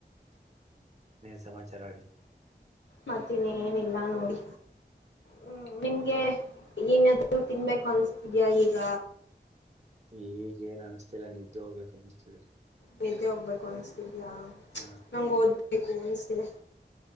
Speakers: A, on the right; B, on the left.
A: ಸಮಾಚಾರ ಆ
B: ಮತ್ತನ್ೇನಿಲ್ಲ ನೋಡಿ. ಹ್ಮ ನಿಮ್ಗೆ ಏನಾದ್ರು ತಿನ್ಬೇಕು ಅನ್ಸ್ತಿದ್ಯಾ ಈಗ?
A: ಈಗ ಏನ್ ಅನಿಸ್ತಿಲ್ಲ ನಿದ್ದೆ ಹೋಗ್ಬೇಕು ಅನಿಸ್ತಿದೆ.
B: ನಿದ್ದೆ ಹೋಗ್ಬೇಕು ಅನ್ಸ್ತಿದ್ಯಾಾ
A: ಹ
B: ನಮ್ ಓದ್ಬೇಕು ಅನ್ಸ್ತಿದೆ.